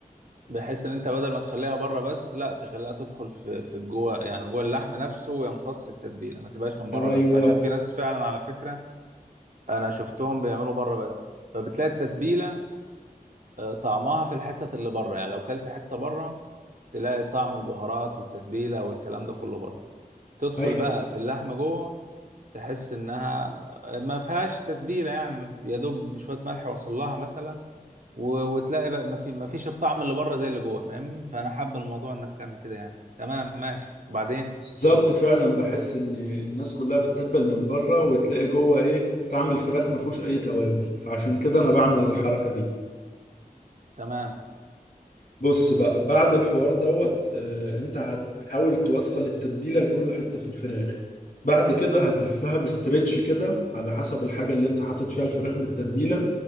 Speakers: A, on the right; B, on the left.
A: بحيث ان انت بدل ما تخليها بره بس لا تخليها تدخل في في جوه يعني جوه اللحم نفسه ويمتص التتبيله ما تبقاش من بره
B: ايوه
A: بس عشان في ناس فعلا على فكره انا شفتهم بيعملوا بره بس فبتلاقي التتبيله آه، طعمها في الحتة اللي بره يعني لو كلت حتة بره تلاقي طعم البهارات والتتبيلة والكلام ده كله بره تدخل
B: ايوه
A: بقى في اللحمة جوه تحس انها ما فيهاش تتبيلة يعني يا دوب شوية ملح وصل لها مثلا و- وتلاقي بقى ما في ما فيش الطعم اللي بره زي اللي جوه فاهمني فانا حابب الموضوع انك تعمل كده يعني تمام ماشي وبعدين
B: بالظبط فعلا بحس ان الناس كلها بتتبل من بره وتلاقي جوه ايه طعم الفراخ ما فيهوش اي توابل فعشان كده انا بعمل الحركه دي
A: تمام
B: بص بقى بعد الحوار دوت آه، انت هتحاول توصل التتبيله لكل حته في الفراخ بعد كده هتلفها بستريتش كده على حسب الحاجه اللي انت حاطط فيها الفراخ بالتتبيله